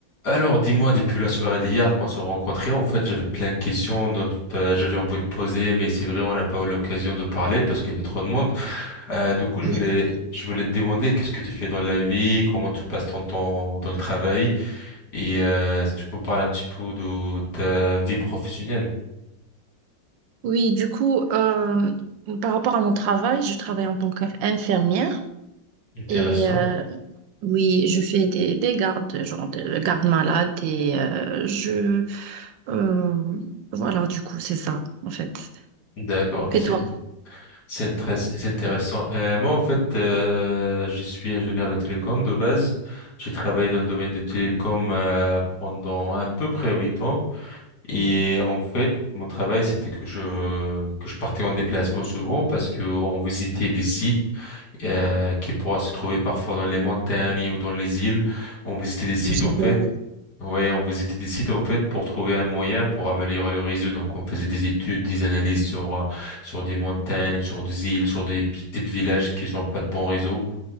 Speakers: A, on the left; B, on the right.
A: Alors, dis-moi, depuis la soirée d'hier, qu'on s'est rencontrés, en fait, j'avais plein de questions dont euh, j'avais envie de poser, mais c'est vrai, on n'a pas eu l'occasion de parler parce qu'il y avait trop de monde. Euh, du coup,
B: Oui,
A: je voulais, je voulais te demander qu'est-ce que tu fais dans la vie, comment tu passes ton temps dans le travail, et euh, si tu peux me parler un petit peu de ta vie professionnelle.
B: Oui, du coup, euh, par rapport à mon travail, je travaille en tant qu'infirmière
A: Intéressant.
B: et euh, oui, je fais des, des gardes, genre de garde malade et euh, je... euh, voilà, du coup, c'est ça, en fait.
A: D'accord, ok,
B: Et
A: c'est
B: toi?
A: c'est très c'est intéressant. Euh, moi, en fait, euh, je suis ingénieur de télécom de base. J'ai travaillé dans le domaine de télécom euh, pendant à peu près huit ans. Et en fait, mon travail, c'était que je, que je partais en déplacement souvent parce que on visitait des sites euh, qui pourraient se trouver parfois dans les montagnes ou dans les îles. On visitait des sites,
B: J'adore.
A: en fait. Ouais, on visitait des sites, en fait, pour trouver un moyen pour améliorer le réseau. Donc, on faisait des études, des analyses sur, euh, sur des montagnes, sur des îles, sur des petits villages qui n'ont pas de bon réseau.